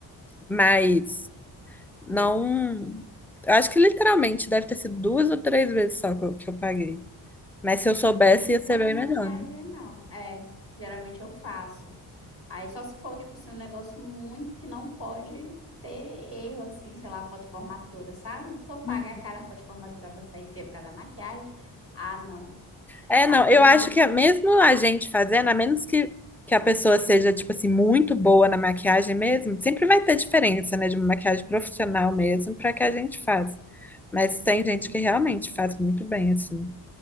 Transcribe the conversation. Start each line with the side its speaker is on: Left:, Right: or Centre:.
Centre: mas
Left: É, tá.
Centre: não. eu Acho que literalmente deve ter sido duas ou três vezes só que eu, que eu paguei. Mas se eu soubesse,
Left: também não sou de
Centre: ia ser
Left: pagar
Centre: bem
Left: maquiagem,
Centre: melhor,
Left: não. É, geralmente eu faço. Aí só se for, tipo assim, um negócio muito que não pode ter erro, assim, sei lá, foto de formatura, sabe? A pessoa paga
Centre: né?
Left: a cara a foto de formatura pra sair feia por causa da maquiagem. Ah, não.
Centre: É,
Left: Ah,
Centre: não,
Left: mas
Centre: eu acho
Left: em-
Centre: que é mesmo a gente fazendo, a menos que, que a pessoa seja, tipo assim, muito boa na maquiagem mesmo, sempre vai ter diferença, né, de uma maquiagem profissional mesmo para que a gente faz. Mas
Left: sim.
Centre: tem gente que realmente faz muito bem, assim.